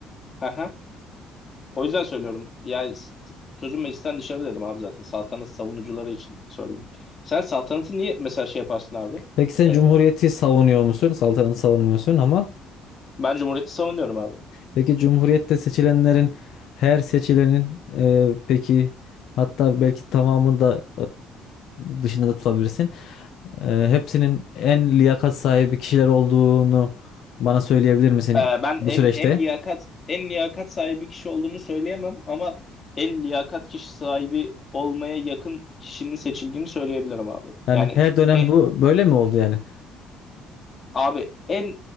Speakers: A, on the left; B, on the left.
A: <laughs> O yüzden söylüyorum. Yani s- sözüm meclisten dışarı dedim abi zaten. Saltanat savunucuları için söyledim. Sen saltanatı niye mesela şey yaparsın abi?
B: Peki sen
A: Ee,
B: Cumhuriyeti savunuyor musun? Saltanatı savunmuyorsun ama
A: ben cumhuriyeti savunuyorum abi.
B: peki Cumhuriyet'te seçilenlerin her seçilenin e, peki hatta belki tamamını da e, dışında da tutabilirsin. E, hepsinin en liyakat sahibi kişiler olduğunu bana söyleyebilir misin
A: Ee, ben
B: bu
A: en
B: süreçte?
A: en liyakat en liyakat sahibi kişi olduğunu söyleyemem ama en liyakat kişi sahibi olmaya yakın kişinin seçildiğini söyleyebilirim abi.
B: Yani
A: Yani
B: her dönem
A: e,
B: bu böyle mi oldu yani?
A: abi en